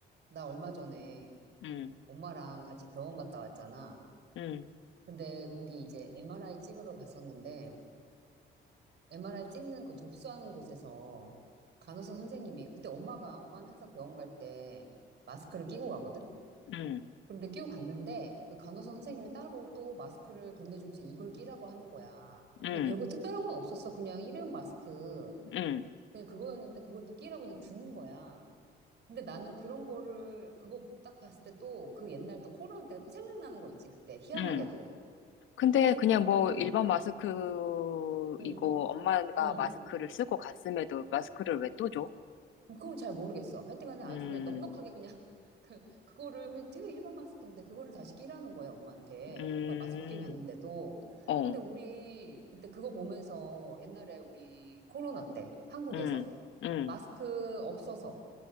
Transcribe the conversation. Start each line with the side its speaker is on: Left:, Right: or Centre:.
Right: 나 얼마 전에
Left: 음,
Right: 엄마랑 같이 병원 갔다 왔잖아.
Left: 음,
Right: 근데 거기 이제 MRI 찍으러 갔었는데, MRI 찍는 그 접수하는 곳에서 간호사 선생님이, 그때 엄마가, 엄마는 항상 병원 갈 때 마스크를 끼고 가거든?
Left: 음,
Right: 근데 끼고 갔는데, 그 간호사 선생님이 따로 또 마스크를 건네주면서 이걸 끼라고 하는 거야.
Left: 음,
Right: 근데 별거 특별한 건 없었어. 그냥 일회용 마스크.
Left: 음,
Right: 그냥 그거였는데 그걸 또 끼라고 그냥 주는 거야. 근데 나는 그런 거를 그거 딱 봤을 때 또 그 옛날 또 코로나 때가 또 생각나는 거 있지 그때 희한하게도
Left: 음. 근데
Right: 우리
Left: 그냥
Right: 그
Left: 뭐
Right: 응,
Left: 일반 마스크이고
Right: 응,
Left: 엄마가
Right: 응.
Left: 마스크를 쓰고 갔음에도 마스크를 왜 또 줘?
Right: 뭐 그건 잘 모르겠어. 하여튼간에
Left: 음,
Right: 아주 그냥 넉넉하게 그냥 <laughs> 그 그거를 그냥 되게 일반 마스크인데 그거를 다시 끼라는 거야 엄마한테.
Left: 음,
Right: 엄마 마스크 끼고 갔는데도.
Left: 어,
Right: 근데 우리 그때 그거 보면서 옛날에 우리 코로나 때 한국에서
Left: 음, 음.
Right: 마스크 없어서